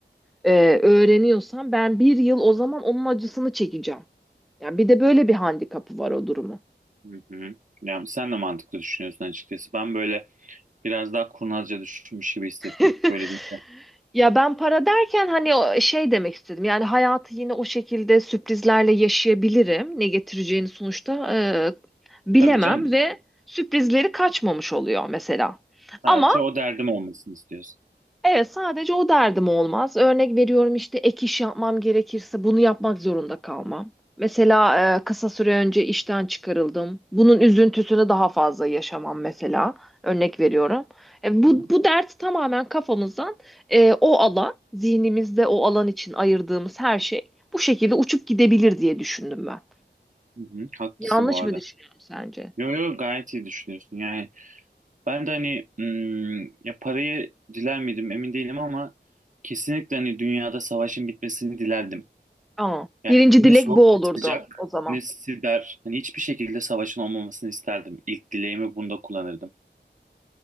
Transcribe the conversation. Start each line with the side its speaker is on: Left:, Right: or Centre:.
Centre: e, öğreniyorsam ben bir yıl o zaman onun acısını çekeceğim. Yani bir de böyle bir handikapı var o durumu.
Right: Hı hı. Yani sen de mantıklı düşünüyorsun açıkçası. Ben böyle biraz daha kurnazca düşünmüş gibi hissettim
Centre: <laughs>
Right: böyle deyince.
Centre: Ya ben para derken hani o şey demek istedim. Yani hayatı yine o şekilde sürprizlerle yaşayabilirim. Ne getireceğini sonuçta e, bilemem
Right: Tabii canım
Centre: ve sürprizleri kaçmamış oluyor mesela.
Right: sadece
Centre: Ama
Right: o derdim olmasını istiyorsun.
Centre: Evet sadece o derdim olmaz. Örnek veriyorum işte ek iş yapmam gerekirse bunu yapmak zorunda kalmam. Mesela e, kısa süre önce işten çıkarıldım. Bunun üzüntüsünü daha fazla yaşamam mesela. Örnek veriyorum. E, bu,
Right: Hı hı.
Centre: bu dert tamamen kafamızdan e, o alan, zihnimizde o alan için ayırdığımız her şey bu şekilde uçup gidebilir diye düşündüm ben.
Right: Hı hı. Haklısın
Centre: Yanlış
Right: bu arada.
Centre: mı düşünüyorum sence?
Right: Yo yo gayet iyi düşünüyorsun. Yani ben de hani hmm, ya parayı diler miydim emin değilim ama kesinlikle hani dünyada savaşın bitmesini dilerdim.
Centre: Aa,
Right: Yani
Centre: birinci
Right: ne
Centre: dilek
Right: soğuk
Centre: bu
Right: ne
Centre: olurdu
Right: sıcak
Centre: o zaman.
Right: ne siber hani hiçbir şekilde savaşın olmamasını isterdim. İlk dileğimi bunda kullanırdım.